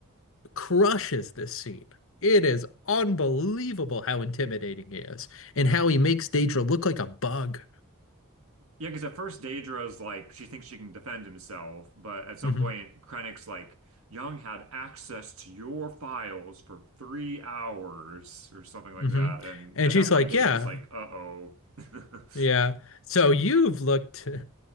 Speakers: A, on the left (about 65°); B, on the right (about 65°).
A: crushes this scene. It is unbelievable how intimidating he is and how he makes Daedra look like a bug.
B: Yeah, because at first Daedra's like she thinks she can defend himself, but at some
A: hmm
B: point Krennic's like Young had access to your files for three hours or something like
A: hmm
B: that, and
A: And
B: at
A: she's
B: that
A: like,
B: point Daedra's
A: yeah,
B: like, "Uh-oh." <laughs>
A: yeah. So you've looked. <laughs>